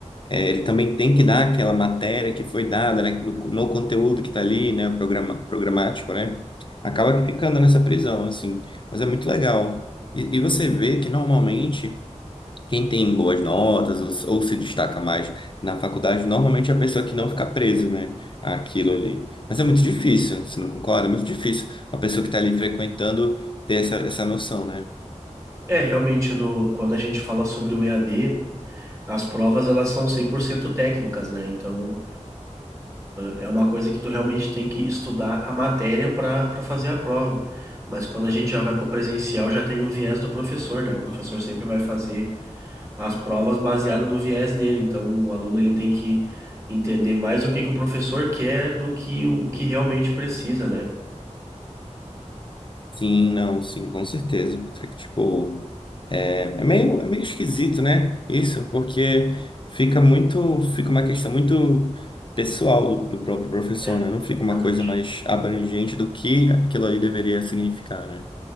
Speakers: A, on the left; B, on the right.
A: É, ele também tem que dar aquela matéria que foi dada, né, no, no conteúdo que está ali, né, o programa, programático, né? Acaba que ficando nessa prisão, assim. Mas é muito legal. E, e você vê que normalmente quem tem boas notas ou, se ou se destaca mais na faculdade, normalmente é a pessoa que não fica preso, né, àquilo ali. Mas é muito difícil, você não concorda? É muito difícil a pessoa que está ali frequentando ter essa, essa noção, né?
B: É, realmente, no, quando a gente fala sobre o EAD, as provas elas são 100% técnicas, né? Então, É uma coisa que tu realmente tem que estudar a matéria para para fazer a prova. Mas quando a gente já vai para o presencial, já tem o viés do professor, né? O professor sempre vai fazer as provas baseado no viés dele. Então, o aluno ele tem que entender mais o que que o professor quer do que o que realmente precisa, né?
A: Sim, não, sim, com certeza, Patrick. Tipo, é, é meio, é meio esquisito, né? Isso, porque fica muito, fica uma questão muito pessoal do, do próprio professor,
B: É,
A: né? Não fica uma
B: realmente.
A: coisa mais abrangente do que aquilo ali deveria significar, né?